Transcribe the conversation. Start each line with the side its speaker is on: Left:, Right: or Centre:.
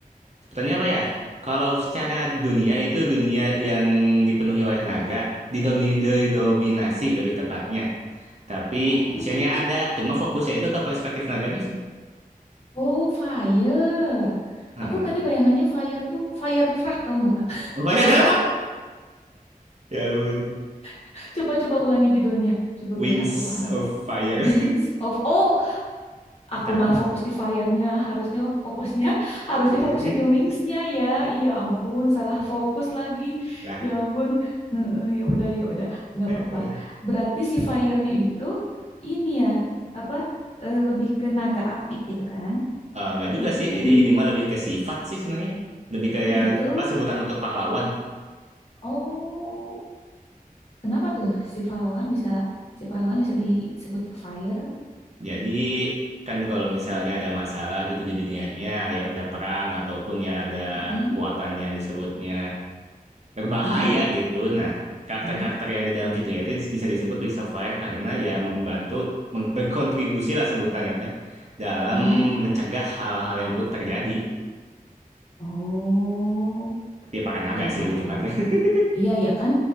Right: Sebutannya apa ya? Kalau secara dunia itu dunia yang dipenuhi oleh naga, didomi- didominasi lebih tepatnya. Tapi
Left: oh
Right: manusianya ada, cuma fokusnya itu ke perspektif naganya sih.
Left: oh fire
Right: Heeh.
Left: aku tadi bayangannya fire tuh fire truck tahu nggak kak
Right: <laughs> Ya ampun.
Left: <laughs> coba coba ulangi judulnya coba
Right: Wings
Left: biar aku paham
Right: of Fire.
Left: Wings of oh
Right: <laughs>
Left: aku
Right: Nggak tahu.
Left: malah fokus di fire-nya harusnya fokusnya harusnya
Right: Dia-
Left: fokusnya di wings-nya ya iya ampun salah fokus lagi
Right: Lah,
Left: ya ampun Heeh, ya udah ya udah nggak
Right: lah.
Left: apa-apa
Right: Eh,
Left: berarti si fire-nya itu ini ya apa eh, lebih ke naga api gitu kan
Right: nggak juga
Left: hmm,
Right: sih. Jadi ini mah lebih ke sifat sih sebenarnya. Lebih kayak
Left: oh gitu
Right: apa sebutan untuk pahlawan.
Left: oh kenapa tuh si pahlawan bisa si pahlawan bisa disebut fire
Right: Jadi kan kalau misalnya ada masalah gitu di dunianya, ya ada perang ataupun ya ada
Left: Mm-mm,
Right: kekuatan yang disebutnya berbahaya
Left: mm-mm,
Right: gitu. Nah, karakter-karakter
Left: iya
Right: yang di dalam situnya itu bisa disebut Wings of Fire karena ya membantu meng- berkontribusi lah sebutannya teh dalam
Left: mm-mm.
Right: mencegah hal-hal yang buruk terjadi.
Left: oh
Right: Tapi para naga
Left: paham
Right: sih
Left: paham
Right: lebih tepatnya.
Left: paham
Right: <laughs>
Left: Iya, ya kan?